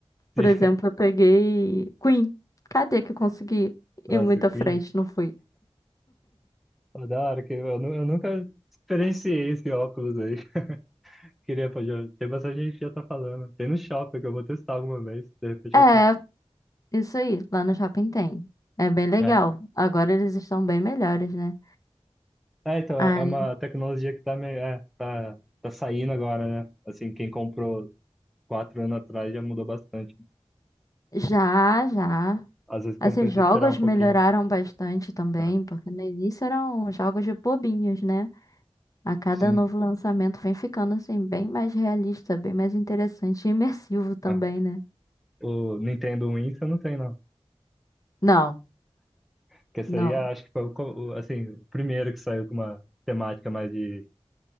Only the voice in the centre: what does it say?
sim.
Nossa,
Queen.
Pô, da hora que eu, nu- eu nunca experienciei esse óculos aí. <laughs> Queria, pô, já, tem bastante gente que já tá falando. Tem no shopping que eu vou testar alguma vez. De repente
eu compro.
É,
É, então,
é uma tecnologia que tá, meio, é, tá, tá saindo agora, né? Assim, quem comprou quatro anos atrás já mudou bastante.
Às vezes compensa
esperar um pouquinho.
né?
sim.
né?
O Nintendo Wii você não tem, não.
Porque esse
aí acho que foi o, co- o, assim, o primeiro que saiu com uma temática mais de